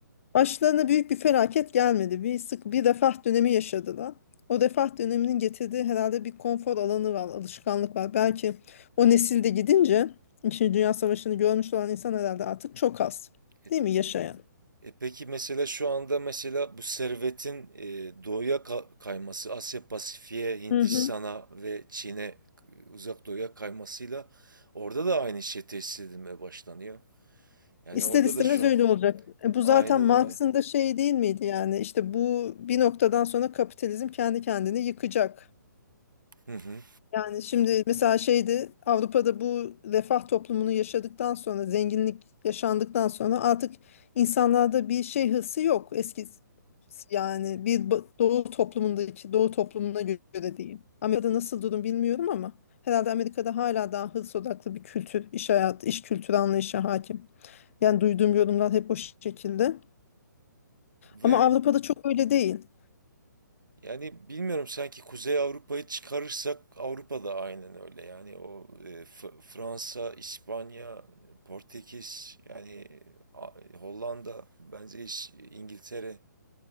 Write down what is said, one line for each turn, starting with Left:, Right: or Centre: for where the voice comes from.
Left: Başlarına büyük bir felaket gelmedi. Bir sık bir refah dönemi yaşadılar. O refah döneminin getirdiği herhalde bir konfor alanı var, alışkanlık var. Belki o nesilde gidince İkinci Dünya
Right: E,
Left: Savaşı'nı görmüş olan insan herhalde artık çok az.
Right: e, ta-
Left: Değil mi yaşayan?
Right: e, e, peki mesela şu anda mesela bu servetin e, doğuya ka- kayması Asya Pasifik'e, Hindistan'a
Left: Hı hı.
Right: ve Çin'e e, uzak doğuya kaymasıyla orada da aynı şey tesis edilmeye başlanıyor. Yani
Left: İster
Right: orada
Left: istemez
Right: da şu
Left: öyle
Right: an
Left: olacak. E, bu
Right: aynen
Left: zaten Marx'ın
Right: öyle.
Left: da şey değil miydi yani işte bu bir noktadan sonra kapitalizm kendi kendini yıkacak.
Right: Hı hı.
Left: Yani şimdi mesela şeydi Avrupa'da bu refah toplumunu yaşadıktan sonra zenginlik yaşandıktan sonra artık insanlarda bir şey hırsı yok eski yani bir ba- doğu toplumundaki doğu toplumuna göre diyeyim. Amerika'da nasıl durum bilmiyorum ama herhalde Amerika'da hala daha hırs odaklı bir kültür, iş hayatı, iş kültürü anlayışı hakim. Yani duyduğum yorumlar hep o şekilde.
Right: Ve
Left: Ama Avrupa'da çok öyle değil.
Right: Yani bilmiyorum sanki Kuzey Avrupa'yı çıkarırsak Avrupa da aynen öyle. Yani o e, F- Fransa, İspanya, e, Portekiz, yani a- Hollanda, bence hiç İngiltere